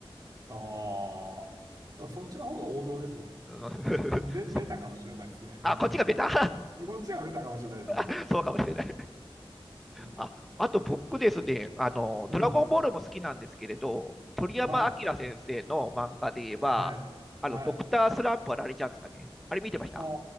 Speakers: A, on the right; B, in the centre.
A: ああ。そっちの方が王道ですね。
B: うん、
A: べ、
B: <laughs>
A: ベタかもしれないですね。
B: そあ、
A: <laughs>
B: こっちがベタ
A: こっちがベタかもしれないですね。
B: <laughs> そうかもしれない。
A: うん
B: あ、あと僕ですね、あの、
A: うん。
B: ドラゴンボールも好きなんですけれど、鳥山明先生の漫画で言えば、
A: はい。はい。
B: あの、
A: はい。
B: ドクタースランプはラれちゃうんですかね。あれ見てました
A: ああ、